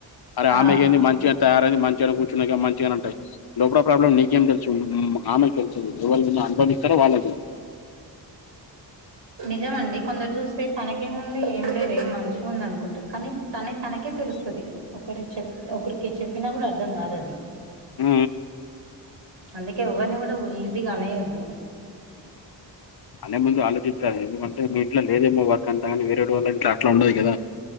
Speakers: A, on the left; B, on the right.
A: అరే
B: ఆ
A: ఆమెకి ఏంది మంచిగా తయారైంది మంచిగా మంచిగనే ఉంటయి లోపల ప్రాబ్లం నీకేం తె ఆమెల్సది ఎవళ అనుభంస్తారో వాళ్ళ కలుది
B: నిజం అండి <unintelligible> సే తనకేంముంది ఏం లేదు ఏం మనిషి ఉంది అనుకుంటారు కానీ తనే తనకే తెలుస్తుంది ఒకరికి చెప్ ఒకరికి చెప్పినా కూడ అర్థం కాదు అది
A: ఉ
B: అందుకే <unintelligible> కూడా ఈజీగా అనేయొద్దు
A: అనే ముందు ఆలోచించాలి ఎందుకంటే మీ ఇంట్లో లేదేమో వర్క్ అంతాగానీ వేరే ఇంట్ల అట్లా ఉండదు కదా